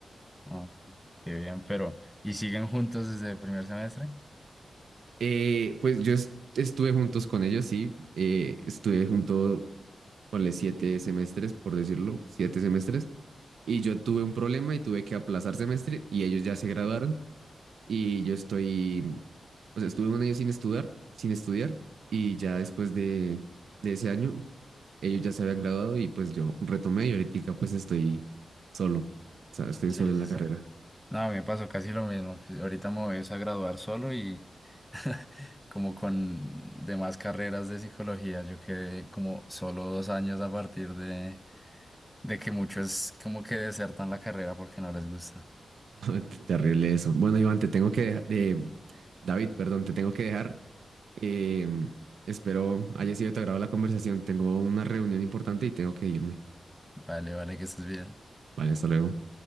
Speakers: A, in the centre; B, on the right.
A: No, qué bien, pero ¿y siguen juntos desde el primer semestre?
B: Eh, pues yo es- estuve juntos con ellos, sí, eh, estuve junto, ponle siete semestres, por decirlo, siete semestres. Y yo tuve un problema y tuve que aplazar semestre y ellos ya se graduaron. y yo estoy, o sea, estuve un año sin estudiar, sin estudiar y ya después de, de ese año ellos ya se habían graduado y pues yo retomé y ahorita pues estoy solo, o sea, estoy
A: Sí,
B: solo en
A: sí,
B: la
A: sí.
B: carrera.
A: No, a mí me pasó casi lo mismo. que Ahorita me voy es a graduar solo y <laughs> como con demás carreras de psicología, yo quedé como solo dos años a partir de, de que muchos como que desertan la carrera porque no les gusta.
B: <laughs> Terrible eso. Bueno, Iván, te tengo que dejar, David, perdón, te tengo que dejar. Em, espero haya sido de tu agrado la conversación. Tengo una reunión importante y tengo que irme.
A: Vale, vale, que estés bien.
B: Vale, hasta luego.